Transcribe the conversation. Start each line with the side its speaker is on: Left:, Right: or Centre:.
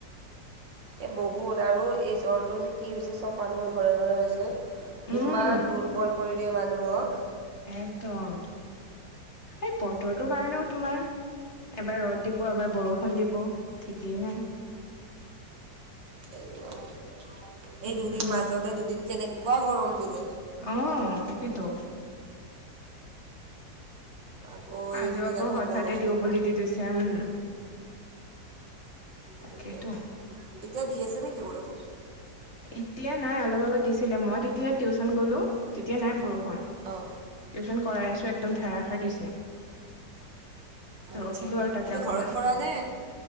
Right: এই বহুত আৰু এই জ্বৰটো যে কি হৈছে চব মানুহৰ ঘৰে ঘৰে হৈছে।
Left: উম,
Right: ইমান দুৰ্বল কৰি দিয়ে মানুহক।
Left: একদম এই বতৰটোৰ কাৰণেও তোমাৰ। এবাৰ ৰ'দ দিব এবাৰ বৰষুণ দিব ঠিকেই নাই।
Right: এই এঅ এই
Left: উম,
Right: দুদিন মাজত। তাতে দুদিন কেনেকুৱা গৰম দিলে।
Left: অঁ তাকেতো।
Right: আকৌ
Left: আজিও
Right: এই দুদিন
Left: আকৌ হঠাতে
Right: বৰষুণ।
Left: দিওঁ বুলি দি দিছে উমঁ। তাকেতো
Right: সেইটোৱেইটো এতিয়া দি আছে নেকি বৰষুণ?
Left: এতিয়া নাই অলপ আগত দিছিলে মই তেতিয়া টিউচন গ'লো তেতিয়া নাই বৰষুণ। হয়ঁ
Right: অঁ
Left: টিউচন কৰাই আছো একদম ধাৰাষাৰ দিছে।
Right: আচ্ছা
Left: ৰখিলো আৰু তাতে
Right: তুমি
Left: অকমান
Right: ঘৰত কৰা নে